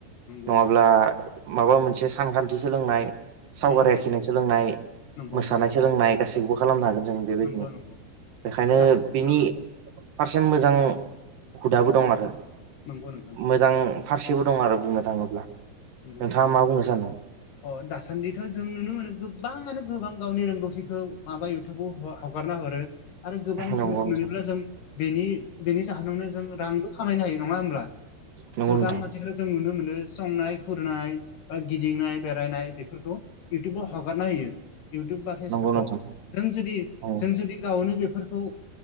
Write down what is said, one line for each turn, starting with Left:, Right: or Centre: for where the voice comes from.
Left: नंगौ
Right: नङाब्ला माबा मोनसे सानखान्थि सोलोंनाय सावगारि
Left: नंगौ
Right: आखिनाय सोलोंनाय
Left: नंगौ
Right: मोसानाय
Left: नंगौ
Right: सोलोंनाय गासैखौबो खालामनो
Left: नंगौ
Right: हागोन जों बेबायदिनो
Left: नंगौ नंगौ
Right: बेखायनो
Left: दासा
Right: बिनि
Left: ओ
Right: फारसे मोजां हुदाबो दं आरो
Left: नंगौ नोंथां
Right: मोजां फारसेबो दं आरो बुंनो थाङोब्ला नोंथाङा
Left: नंगौ
Right: मा बुंनो सानोदों
Left: अ दासान्दिथ' जों नुनो मोनो गोबाङानो गोबां गावनि रोंगौथिखौ माबायो हगारना हरो आरो गोबां
Right: नंगौ
Left: भिउस
Right: नोंथां
Left: मोनोब्ला जों बेनि बेनि जाहोनावनो जों रांबो खामायनो हायो नङा होमब्ला
Right: नंगौ
Left: गोबां
Right: नोंथां
Left: मानसिफोरा जों नुनो मोनो संनाय फुरनाय बा गिदिंनाय बेरायनाय बेफोरखौ इउटुबाव हगारना होयो जों
Right: नंगौ नोंथां
Left: जुदि
Right: औ
Left: जों जुदि गावनो बेफोरखौ